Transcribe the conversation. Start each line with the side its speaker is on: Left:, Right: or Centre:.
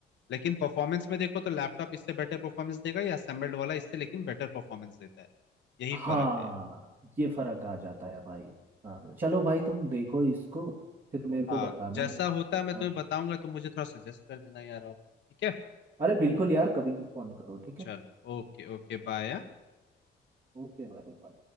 Left: लेकिन परफॉर्मेंस में देखो तो लैपटॉप इससे बेटर परफॉर्मेंस देगा या असेंबल्ड वाला इससे लेकिन बेटर परफॉर्मेंस देता है यही
Right: हाँ
Left: फर्क है यार
Right: ये फर्क आ जाता है भाई हाँ चलो भाई
Left: बस
Right: तुम देखो इसको फिर मेरे को
Left: हाँ
Right: बताना
Left: जैसा होता है मैं
Right: और
Left: तुम्हें बताऊंगा तुम मुझे थोड़ा सजेस्ट कर देना यार आप ठीक है
Right: अरे बिल्कुल यार कभी भी फोन करो ठीक है
Left: चलो ओके ओके बाय
Right: ओके भाई